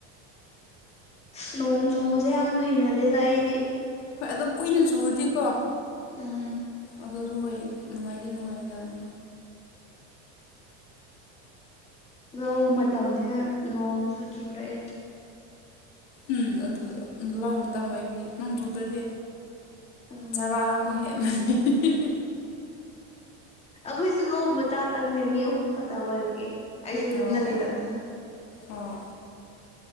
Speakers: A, on the left; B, on the left.
A: ꯑꯁ ꯅꯣꯡ ꯆꯨꯕꯁꯦ ꯌꯥꯝ ꯍꯩꯅꯗꯦꯗ ꯑꯩꯗꯤ꯫
B: ꯍꯣꯏ ꯑꯗꯨ ꯀꯨꯏꯅ ꯆꯨꯔꯗꯤꯀꯣ
A: ꯎꯝ꯫
B: ꯑꯗꯨꯁꯨ ꯍꯣꯏ ꯅꯨꯡꯉꯥꯏꯗꯤ ꯅꯨꯡꯉꯥꯏꯗꯕꯅꯦ꯫
A: ꯂꯧ ꯃꯇꯝꯅꯦꯅ ꯅꯣꯡꯁꯨ ꯆꯨꯔꯛꯑꯦ꯫
B: ꯎꯝ ꯑꯗꯨ ꯂꯧ ꯃꯇꯝ ꯑꯣꯏꯕꯒꯤ ꯅꯣꯡ ꯆꯨꯗ꯭ꯔꯗꯤ
A: ꯎꯝ
B: ꯆꯔꯥ ꯑꯃꯨꯛ ꯍꯦꯟ <unintelligible>
A: ꯑꯩꯈꯣꯏꯁꯨ ꯂꯧ ꯃꯆꯥ ꯇꯪꯅꯦ ꯃꯤ ꯑꯍꯨꯝ ꯈꯛꯇ ꯑꯣꯏꯕꯒꯤ꯫ ꯑꯩꯁꯨ
B: ꯑꯣ
A: ꯌꯨꯝꯗ ꯂꯩꯇꯕꯅꯦꯅ꯫
B: ꯑꯣ